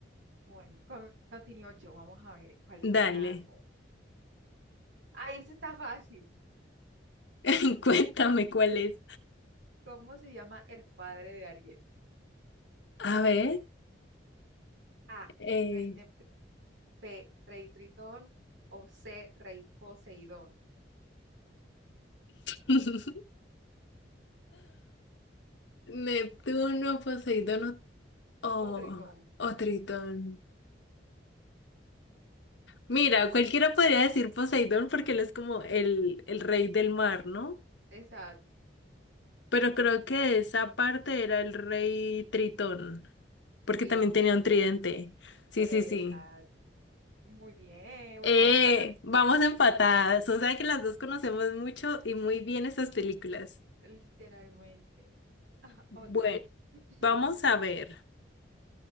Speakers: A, on the right (about 85°); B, on the left (about 75°).
A: Bueno, con- continúo yo. Vamos a ver cuál te
B: Dale,
A: hago. Ah, ese está fácil.
B: <laughs> cuéntame cuál es.
A: ¿Cómo se llama el padre de Ariel?
B: A ver,
A: A.
B: eh,
A: Rey Nep- B. Rey Tritón. O C. Rey Poseidón.
B: <laughs> Neptuno, Poseidón o,
A: O Tritón.
B: o o Tritón. Mira, cualquiera podría decir Poseidón porque él es como el, el rey del mar, ¿no?
A: Exacto.
B: Pero creo que esa parte era el rey Tritón, porque
A: Sí,
B: también
A: <laughs>
B: tenía
A: es el-
B: un tridente. Sí,
A: Exacto.
B: sí, sí.
A: Muy bien. Bueno,
B: Eh,
A: vamos a empatar.
B: vamos empatadas. O sea que las dos conocemos mucho y muy bien estas películas.
A: Literalmente. Ajá,
B: Bueno,
A: otra. <clears throat>
B: vamos a ver.